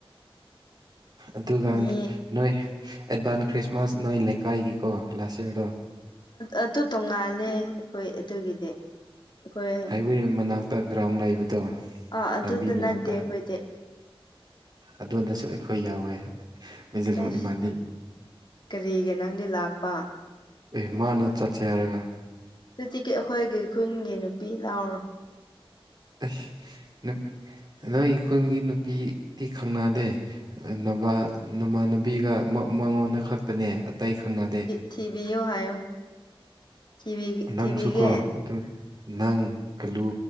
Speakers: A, on the right; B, on the left.
A: ꯑꯗꯨꯒꯥꯟ
B: ꯃꯤ
A: ꯅꯣꯏ ꯑꯦꯠꯕꯥꯟ ꯈ꯭ꯔꯤꯁꯃꯥꯁ ꯅꯣꯏ ꯂꯩꯀꯥꯏꯒꯤꯀꯣ ꯂꯥꯁ ꯏ꯭ꯌꯥꯔꯗꯣ
B: ꯑꯗꯨ ꯇꯣꯡꯉꯥꯜꯂꯦ ꯑꯩꯈꯣꯏ ꯑꯗꯨꯒꯤꯗꯤ ꯑꯈꯣꯏ
A: ꯋꯦ ꯃꯅꯥꯛꯇ ꯒ꯭ꯔꯥꯎꯟ ꯂꯩꯕꯗꯣ
B: ꯑꯥ ꯑꯗꯨꯗ
A: ꯂꯝꯕꯤ ꯃꯅꯥꯛꯇ
B: ꯅꯠꯇꯦ ꯑꯩꯈꯣꯏꯗꯤ
A: ꯑꯗꯨꯗꯁꯨ ꯑꯩꯈꯣꯏ ꯌꯥꯎꯋꯦ ꯃꯤꯖꯤꯂꯣꯡ
B: ꯑꯦꯁ
A: ꯏꯕꯥꯅꯤ
B: ꯀꯔꯤꯒꯤ ꯅꯪꯗꯤ ꯂꯥꯛꯄ
A: ꯑꯦ ꯃꯥꯅ ꯆꯠꯁꯦ ꯍꯥꯏꯔꯒ
B: ꯑꯗꯨꯇꯤꯀꯤ ꯑꯩꯈꯣꯏꯒꯤ ꯈꯨꯟꯒꯤ ꯅꯨꯄꯤ ꯂꯥꯎꯔ
A: ꯑꯁ ꯅꯨꯞ ꯅꯣꯏꯒꯤ ꯈꯨꯜꯒꯤ ꯅꯨꯄꯤꯗꯤ ꯈꯪꯅꯗꯦ ꯅꯃꯥꯟ ꯅꯃꯥꯟꯅꯕꯤꯒ ꯃꯥ ꯃꯉꯣꯟꯗ ꯈꯛꯇꯅꯦ ꯑꯇꯩ ꯈꯪꯅꯗꯦ
B: ꯊꯤꯕꯤꯌꯣ ꯍꯥꯏꯌꯣ ꯊꯤꯕꯤꯒꯦ
A: ꯅꯪꯁꯨꯀꯣ
B: ꯊꯤꯕꯤꯒꯦ
A: ꯑꯗꯨ ꯅꯪ ꯀꯜꯂꯨ